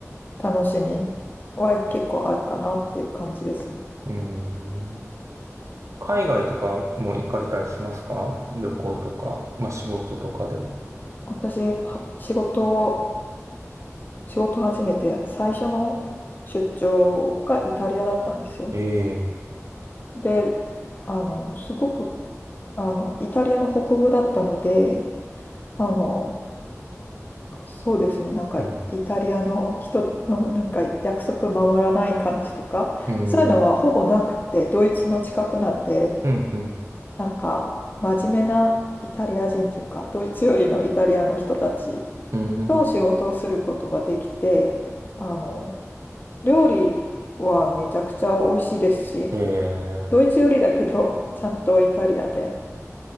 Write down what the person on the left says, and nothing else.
楽しみは結構あるかなっていう感じですね。
私、は仕事を、仕事を始めて最初の出張がイタリアだったんですよ。
で、あの、すごく、あの、イタリアの北部だったので、あの、そうですね、なんかイタリアの人の
<laughs> なんか約束守らない感じとか、
そういうのはほぼなくて、ドイツの近くなんで、
なんか、真面目なイタリア人というか、ドイツよりのイタリアの人たち
と仕事をすることができて、あの、料理はめちゃくちゃ美味しいですし、
ドイツよりだけど、ちゃんとイタリアで。